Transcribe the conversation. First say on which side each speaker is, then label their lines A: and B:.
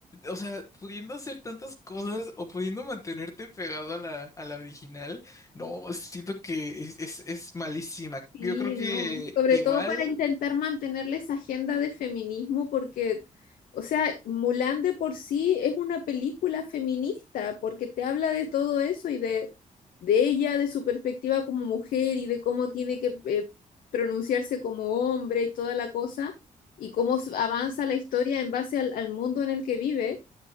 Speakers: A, on the left; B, on the left.
A: O sea, pudiendo hacer tantas cosas o pudiendo mantenerte pegado a la, a la original, no, siento que es, es, es malísima.
B: Sí,
A: Yo creo que
B: no. Sobre
A: igual,
B: todo para intentar mantenerle esa agenda de feminismo, porque, o sea, Mulan de por sí es una película feminista, porque te habla de todo eso y de, de ella, de su perspectiva como mujer y de cómo tiene que eh, pronunciarse como hombre y toda la cosa, y cómo s- avanza la historia en base al, al mundo en el que vive.